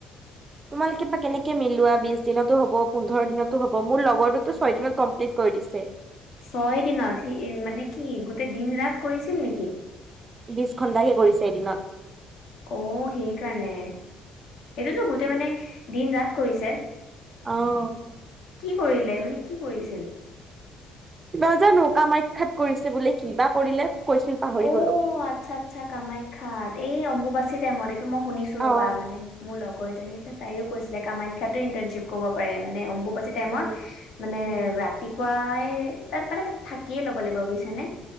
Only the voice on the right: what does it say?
তোমালোকে বা কেনেকে মিলোৱা বিছ দিনতো হব পোন্ধৰ দিনতো হব মোৰ লগৰটোতো ছয় দিনত কমপ্লিট ক ৰিদিছে।
বিশ ঘন্টাকে কৰিছে এদিনত।
অহঁ
কিব জানো কামাখ্যাত কৰিছে বোলে কিবা কৰিলে? কৈছিল পাহৰি
গলো
অ
উম
উম